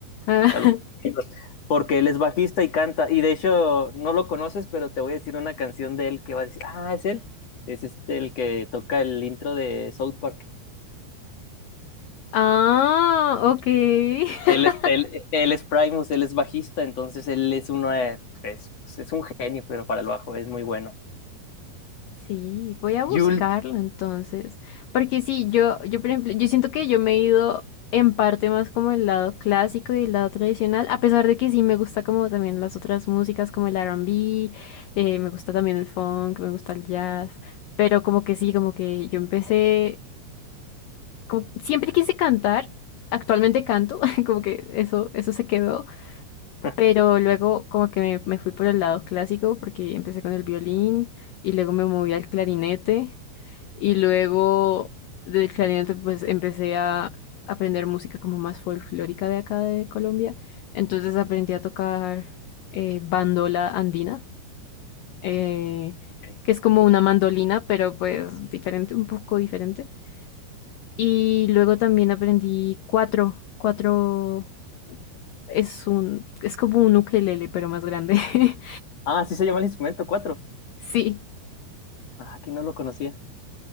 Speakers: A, on the left (about 85°); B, on the left (about 50°).
A: Ah,
B: a los
A: <laughs>
B: miembros, porque él es bajista y canta, y de hecho no lo conoces, pero te voy a decir una canción de él que vas a decir, ah, es él, es este el que toca el intro de South Park.
A: ah, ok. <laughs>
B: Él es, él, él es Primus, él es bajista, entonces él es uno, de- es, pues, es un genio, pero para el bajo es muy bueno.
A: Sí, voy a buscarlo
B: Yul.
A: entonces. Porque sí, yo, yo, por ejemplo, yo siento que yo me he ido en parte más como el lado clásico y el lado tradicional, a pesar de que sí me gusta como también las otras músicas como el R&B, eh, me gusta también el funk, me gusta el jazz, pero como que sí, como que yo empecé, como- siempre quise cantar, actualmente canto, <laughs> como que eso, eso se quedó.
B: <laughs>
A: Pero luego como que me, me fui por el lado clásico porque empecé con el violín y luego me moví al clarinete y luego del clarinete pues empecé a aprender música como más folclórica de acá de Colombia. Entonces aprendí a tocar eh, bandola andina, eh,
B: Ok.
A: que es como una mandolina, pero pues diferente, un poco diferente. Y luego también aprendí cuatro, cuatro, es un, es como un ukelele, pero más grande. <laughs>
B: Ah, sí se llama el instrumento, cuatro.
A: Sí,
B: Ah, aquí no lo conocía.